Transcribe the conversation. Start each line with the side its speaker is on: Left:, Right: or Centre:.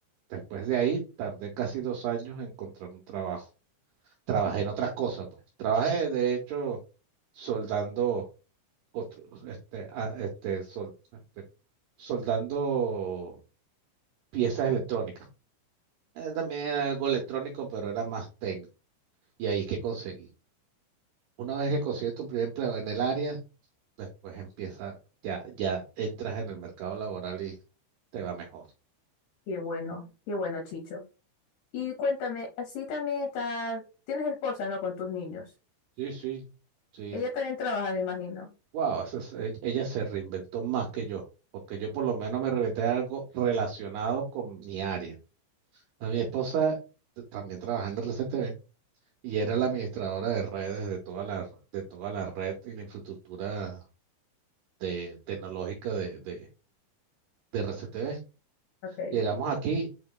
Right: Después de ahí, tardé casi dos años en encontrar un trabajo. Trabajé en otras cosas, pues. Trabajé, de hecho, soldando, otros, este, a- este, sol- este, soldando piezas electrónicas. Eh, También era algo electrónico, pero era más técnico. Y ahí que conseguí. Una vez que consigues tu primer empleo en el área, después empieza, ya, ya entras en el mercado laboral y te va mejor.
Left: Qué bueno, qué bueno, Chicho. Y cuéntame, así también está, tienes esposa, ¿no? Con tus niños.
Right: Sí, sí, sí.
Left: Ella también trabaja, me imagino.
Right: Wow, esa es- e- ella se reinventó más que yo, porque yo por lo menos me reinventé algo relacionado con mi área. A mi esposa t- también trabajaba en el RCTV y era la administradora de redes de toda la, de toda la red y la infraestructura de, tecnológica de, de, de RCTV.
Left: Ok,
Right: Llegamos aquí